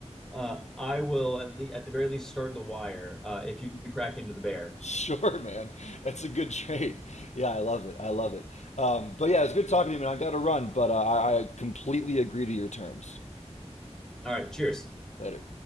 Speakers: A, in the centre; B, on the left (about 80°).
A: Uh, I will at, le at the very least start the wire uh, if you, you crack into the bear.
B: Sure, man. That's a good trait. Yeah, I love it. I love it. Um, but yeah, it's good talking to you, man. I got to run, but uh, I, I completely agree to your terms.
A: All right, cheers.
B: Later.